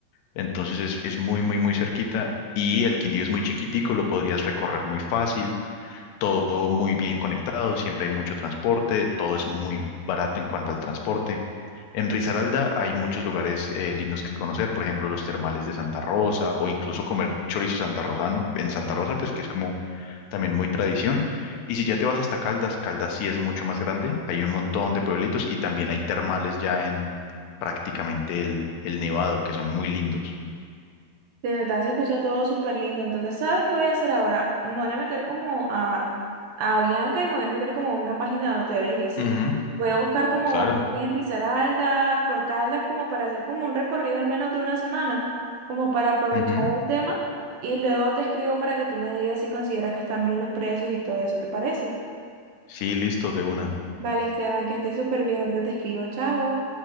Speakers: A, on the left (about 80°); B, on the right (about 70°).
A: Entonces es, es muy, muy, muy cerquita y el Quindío es muy chiquitico, lo podrías recorrer muy fácil todo muy bien conectado, siempre hay mucho transporte, todo es muy barato en cuanto al transporte. En Risaralda hay muchos lugares eh, lindos que conocer, por ejemplo, los termales de Santa Rosa o incluso comer chorizo santarrosano en Santa Rosa, pues que es como también muy tradición. Y si ya te vas hasta Caldas, Caldas sí es mucho más grande, hay un montón de pueblitos y también hay termales ya en prácticamente el, el Nevado, que son muy lindos.
B: De verdad se escucha todo súper lindo. Entonces, ¿sabes qué voy a hacer ahora? Me voy a meter como a, a Bianca y me voy a meter como a una página de hoteles y así.
A: Ujú,
B: Voy a buscar como
A: claro.
B: en Risaralda, por Caldas, como para hacer como un recorrido al menos de una semana, como para aprovechar
A: Ujú.
B: el tema. Y luego te escribo para que tú me digas si consideras que están bien los precios y todo eso, ¿te parece?
A: Sí, listo, de una.
B: Vale, Esteban, que estés súper bien. Ahorita te escribo. Chao.